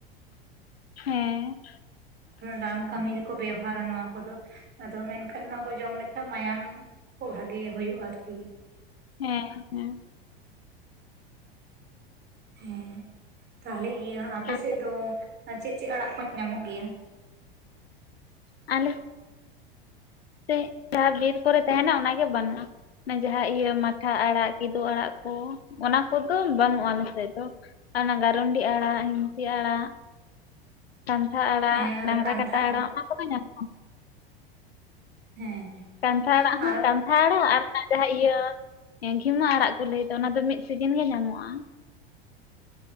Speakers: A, on the left (about 85°); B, on the right (about 35°).
A: ᱦᱮᱸ
B: ᱨᱟᱱ ᱠᱟᱹᱢᱤ ᱨᱮᱠᱚ ᱵᱮᱣᱦᱟᱨᱟ ᱱᱚᱣᱟ ᱠᱚᱫᱚ ᱟᱫᱚ ᱢᱮᱱᱠᱷᱟᱡ ᱱᱚᱣᱟ ᱠᱚ ᱡᱚᱢ ᱞᱮᱠᱷᱟᱡ ᱢᱟᱭᱟᱢ ᱠᱷᱩᱵ ᱵᱷᱟᱜᱮ ᱦᱩᱭᱩᱜᱼᱟ ᱟᱨᱠᱤ᱾
A: ᱦᱮᱸ ᱦᱮᱸ
B: ᱦᱮᱸ ᱛᱟᱦᱞᱮ ᱤᱭᱟᱹ ᱟᱯᱮᱥᱮᱫ
A: ᱦᱮᱸ
B: ᱫᱚ ᱪᱮᱫ ᱪᱮᱫ ᱟᱲᱟᱜ ᱠᱚ ᱧᱟᱢᱚᱜ ᱜᱮᱭᱟ?
A: ᱟᱞᱮ ᱥᱮ ᱡᱟᱦᱟᱸ ᱵᱤᱨ ᱠᱚᱨᱮ ᱛᱟᱦᱮᱱᱟ ᱚᱱᱟᱜᱮ ᱵᱟᱹᱱᱩᱜᱼᱟ᱾ ᱚᱱᱟ ᱡᱟᱦᱟᱸ ᱤᱭᱟᱹ ᱢᱟᱴᱷᱟ ᱟᱲᱟᱜ ᱠᱤᱫᱩ ᱟᱲᱟᱜ ᱠᱚ ᱚᱱᱟ ᱠᱚᱫᱚ ᱵᱟᱹᱱᱩᱜᱼᱟ, ᱟᱞᱮᱥᱮᱫ ᱫᱚ᱾ ᱚᱱᱟ ᱜᱟᱨᱩᱱᱰᱤ ᱟᱲᱟᱜ, ᱦᱤᱸᱥᱤ ᱟᱲᱟᱜ, ᱠᱟᱱᱟᱱᱛᱷᱟ ᱟᱲᱟᱜ,
B: ᱦᱮᱸ
A: ᱰᱟᱝᱨᱟ
B: ᱟᱨ ᱠᱟᱱᱛᱷᱟ
A: ᱠᱟᱴᱟ ᱟᱲᱟᱜ ᱚᱱᱟ ᱠᱚᱫᱚ ᱧᱟᱢᱚᱜᱼᱟ᱾
B: ᱦᱮᱸ
A: ᱠᱟᱱᱛᱷᱟᱲᱟᱜ ᱦᱚᱸ,
B: ᱟᱨ
A: ᱠᱟᱱᱛᱷᱟᱲᱟᱜ ᱟᱨ ᱡᱟᱦᱟᱸ ᱤᱭᱟᱹ ᱜᱷᱤᱢᱟᱹ ᱟᱲᱟᱜ ᱠᱚ ᱞᱟᱹᱭᱫᱟ ᱚᱱᱟ ᱫᱚ ᱢᱤᱫ ᱥᱤᱡᱤᱱ ᱜᱮ ᱧᱟᱢᱚᱜᱼᱟ᱾